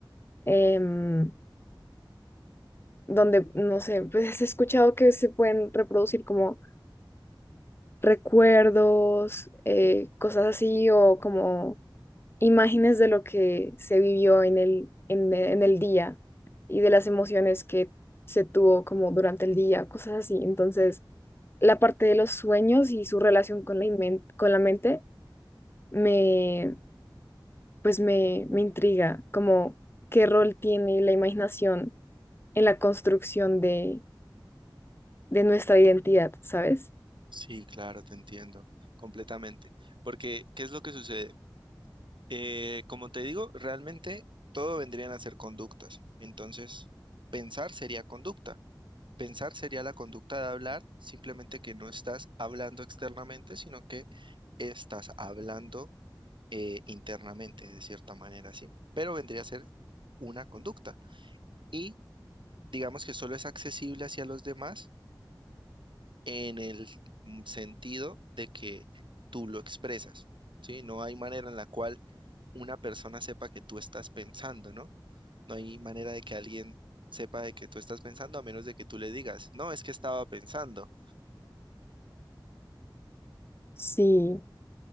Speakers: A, on the left; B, on the right.
A: em, donde, no sé, pues he escuchado que se pueden reproducir como recuerdos, eh, cosas así, o como imágenes de lo que se vivió en el, en, e- en el día y de las emociones que se tuvo como durante el día, cosas así. Entonces, la parte de los sueños y su relación con la, inmen- con la mente me, pues me, me intriga, como qué rol tiene la imaginación en la construcción de, de nuestra identidad, ¿sabes?
B: Sí, claro, te entiendo completamente. Porque, ¿qué es lo que sucede? Eh, como te digo, realmente todo vendrían a ser conductas. Entonces, pensar sería conducta. Pensar sería la conducta de hablar, simplemente que no estás hablando externamente, sino que estás hablando eh, internamente, de cierta manera, ¿sí? Pero vendría a ser una conducta. Y digamos que solo es accesible hacia los demás en el mm, sentido de que tú lo expresas, ¿sí? No hay manera en la cual una persona sepa que tú estás pensando, ¿no? No hay manera de que alguien sepa de que tú estás pensando a menos de que tú le digas, no, es que estaba pensando.
A: Sí,